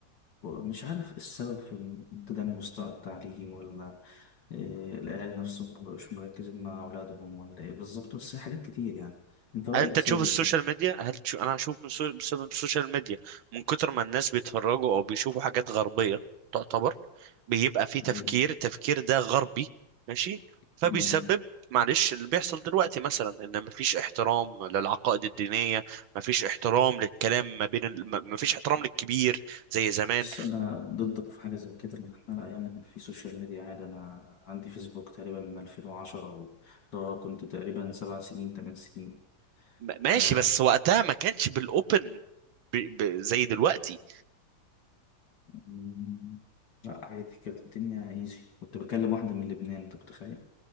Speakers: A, on the left; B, on the right.
A: مش عارف السبب في تدني مستوى التعليم ولا إيه، الأهالي نفسهم مبقوش مركزين مع أولادهم ولا إيه بالظبط بس هي حاجات كتير يعني أنت رأيك
B: هل انت
A: بسبب
B: تشوف السوشيال
A: إيه
B: ميديا هل تشوف انا هشوف من سو... بسبب السوشيال ميديا من كتر ما الناس بيتفرجوا او بيشوفوا حاجات غربية تعتبر بيبقى في
A: طيب؟
B: تفكير التفكير ده غربي ماشي فبيسبب
A: مم.
B: معلش اللي بيحصل دلوقتي مثلا ان مفيش احترام للعقائد الدينية مفيش احترام للكلام ما بين ال... م- مفيش احترام للكبير زي زمان
A: بس أنا ضدك في حاجة زي كده إن إحنا الأيام اللي في سوشيال ميديا عادي أنا عندي فيسبوك تقريبا من 2010 وده كنت تقريبا سبع سنين تمن سنين
B: م- ماشي
A: ف
B: بس وقتها ما كانش بالاوبن ب... ب... زي دلوقتي
A: مم. لا عادي كانت الدنيا ايزي كنت بكلم واحدة من لبنان أنت متخيل؟